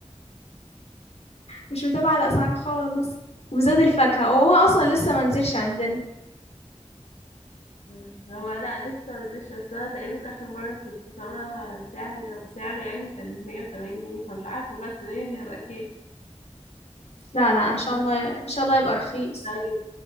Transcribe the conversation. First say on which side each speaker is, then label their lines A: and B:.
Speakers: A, on the left (about 60°); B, on the left (about 85°).
A: مش متابعة الأسعار خالص وبالذات الفاكهة وهو أصلا لسه منزلش عندنا
B: مم. هو لا لسه منزلش بس انا تقريبا اخر مرة كنت سامعة سعر سعره يعني كان 180 جنيه فمش عارفة بقى السنة دي هبقى كام
A: لا لا إن شاء
B: مم.
A: الله إن شاء الله يبقى رخيص
B: طيب